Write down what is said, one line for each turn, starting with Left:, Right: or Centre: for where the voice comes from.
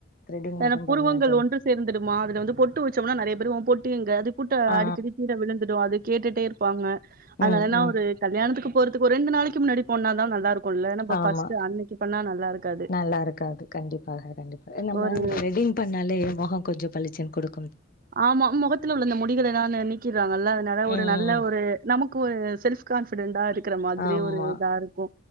Left: த்ரெடிங் மட்டு
Right: ஏனா புருவங்கள்
Left: பண்ணுவே தோழி
Right: ஒன்று சேர்ந்துடுமா அதுல வந்து பொட்டு வச்சோம்னா நிறைய பேரு ஒம் பொட்டு எங்க அது கூட்ட
Left: ஆ
Right: அடிக்கடி கீழ விழுந்துடு அது கேட்டுட்டே இருப்பாங்க அதனால
Left: ம் ம்
Right: ஒரு கல்யாணத்துக்கு போறத்துக்கு ஒரு ரெண்டு நாளைக்கு முன்னாடி போனா தா நல்லா இருக்கும்ல. நம்ம
Left: ஆமா
Right: ஃபர்ஸ்ட் அன்னைக்கு பண்ணா நல்லா இருக்காது.
Left: நல்லா இருக்காது கண்டிப்பாக கண்டிப்பா நம்ம
Right: ஒரு
Left: த்ரெட்டிங் பண்ணாலே முகம் கொஞ்ச பளிச்சின்னு கொடுக்
Right: ஆமா மொகத்துல உள்ள இந்த முடிகலெல்லா நீக்கிடுறாங்கல்ல அதனால ஒரு
Left: ம்
Right: நல்ல ஒரு நமக்கு ஒரு செல் கான்பிடெண்டடா இருக்கற மாதிரி
Left: ஆமா
Right: ஒரு இதா இருக்கு